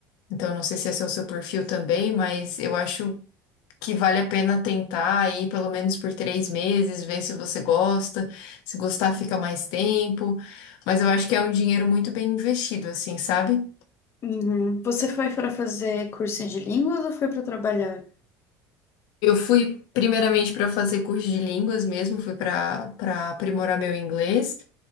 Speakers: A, on the left; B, on the left.
A: então não sei se esse é o seu perfil também, mas eu acho que vale a pena tentar ir pelo menos por três meses, ver se você gosta. Se gostar, fica mais tempo. Mas eu acho que é um dinheiro muito bem investido, assim, sabe?
B: Uhum. Você foi pra fazer curso de línguas ou foi pra trabalhar?
A: Eu fui primeiramente para fazer curso de línguas mesmo, fui para para aprimorar meu inglês.